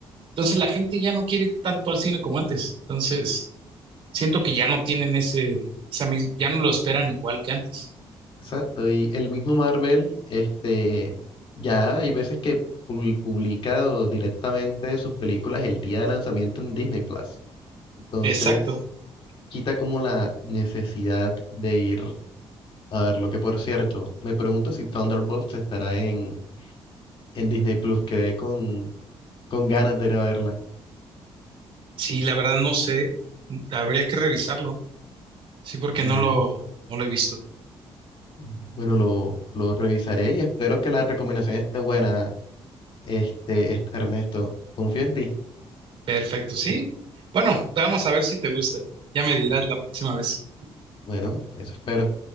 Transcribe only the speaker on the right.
Entonces la gente ya no quiere ir tanto al cine como antes. Entonces, siento que ya no tienen ese, esa mis- ya no lo esperan igual que antes.
Exacto.
Sí, la verdad no sé. Habría que revisarlo. Sí, porque
no lo, no lo he visto.
Perfecto, sí. Bueno, vamos a ver si te gusta. Ya me dirás
la próxima vez.